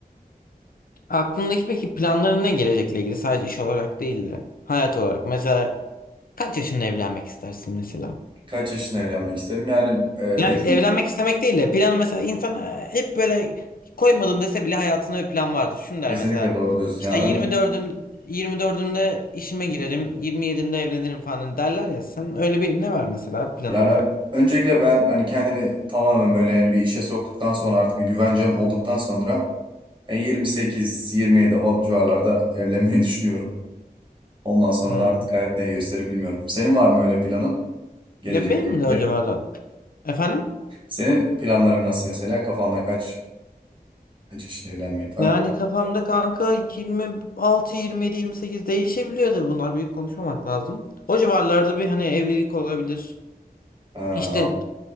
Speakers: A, on the left (about 65°); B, on the right (about 30°).
A: aklındaki peki planların ne gelecekle ilgili? Sadece iş olarak değil de hayat olarak. Mesela kaç yaşında evlenmek istersin mesela?
B: Kaç yaşında evlenmek isterim? Yani e,
A: Yani
B: için
A: evlenmek istemek değil de planı mesela insan e, hep böyle koymadım dese bile hayatında bir plan vardır. Şunu
B: kesinlikle
A: der mesela
B: doğru diyorsun.
A: işte
B: Yani,
A: 24'üm
B: ön-
A: 24'ümde işime girerim, 27'imde evlenirim falan hani derler ya. Sen öyle bir ne var mesela plan
B: yani
A: olarak?
B: öncelikle ben hani kendimi tamamen böyle yani bir işe soktuktan sonra artık bir güvencem olduktan sonra 28-27 o civarlarda evlenmeyi <laughs> düşünüyorum. Ondan sonra
A: Hmm.
B: da artık hayat neyi gösterir bilmiyorum. Senin var mı öyle planın gelecekle
A: Ya benim
B: ilgili?
A: de o civarlar. Efendim?
B: Senin planların nasıl mesela? Kafanda kaç kaç yaşında evlenmek var?
A: Yani kafamda kanka 26, 27, 28 değişebiliyor tabii bunlar büyük konuşmamak lazım. O civarlarda bir hani evlilik olabilir.
B: Ee,
A: İşte